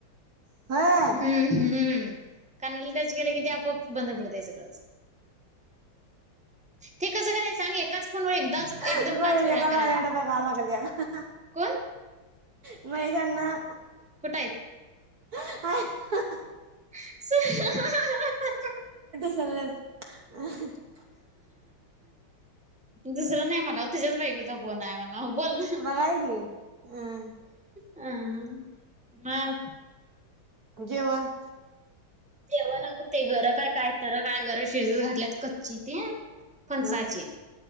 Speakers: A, on the right; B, in the centre.
A: नाही
B: हम्म हम्म कानाला टच केलं कि ते आपआप बंद पडतय सगळंच. ते कसं करायचं? सांग एकाच फोनवर एकदाच
A: <unintelligible>
B: एकदम
A: माझ्याकड
B: पाच वेळा करायला लागतंय
A: बघावं लागल याला
B: कोण
A: म हे ज्यांना
B: कुटयेत
A: <unintelligible>
B: <unintelligible>
A: चला <unintelligible>
B: दुसरं नाय म्हणाव तुझ्याच बायकोचा फोन हाय म्हणाव बोल
A: बघाय <unintelligible>
B: अहंह मग
A: जेवन
B: तेव्हा ना ब ते घरं काय काय टर काय घर काय शिजत घातल्यात कच्ची ते. फणसाचीए
A: हा